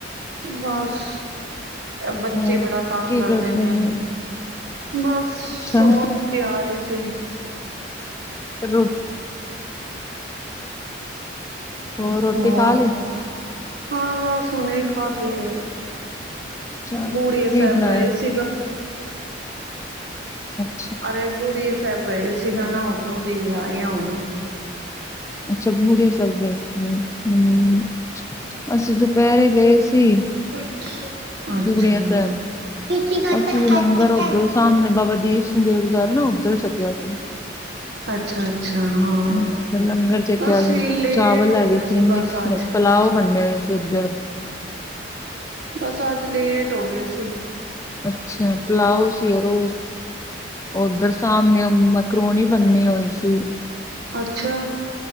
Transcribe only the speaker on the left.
ਹੋਰ
ਕੀ
ਹੋ
ਅੱਛਾ
ਰੋਟੀ। ਹੋਰ
ਰੋਟੀ ਖਾ ਲਈ
ਅੱਛਾ
ਕੀ
ਬਣਾਇਆ
ਅੱਛਾ।
ਅੱਛਾ। ਬੂੜੀਆਂ ਸਾਹਿਬ ਗਏ ਸੀ। ਹਮ। ਅਸੀਂ ਦੁਪਹਿਰੇ ਗਏ ਸੀ।
ਬੂੜੀਆ ਸਾਹਿਬ ਅਸੀਂ ਵੀ ਲੰਗਰ ਉੱਧਰੋਂ ਸਾਹਮਣੇ ਬਾਬਾ ਦੀਸ਼ ਸਿੰ ਗੁਰਦੁਆ ਨਾ ਉੱਧਲ ਸੱਤੀਆ ਸੀ।
ਹ ਲੰਗਰ ਛੱਕਿਆ
ਚਾਵਲ ਲੇਗ
ਸੀ ਮਿਕਸ
ਲ ਪਲਾਓ ਬੰਣੇ ਹੋਏ ਸੀ ਉੱਧਰ
ਅੱਛਾ ਪਲਾਓ ਸੀ ਰ ਓਧਰ ਸਾਹਮਣੇ ਮ ਪ੍ਰੋਣੀ ਬੰਨੀ ਹੋਈ ਸੀ।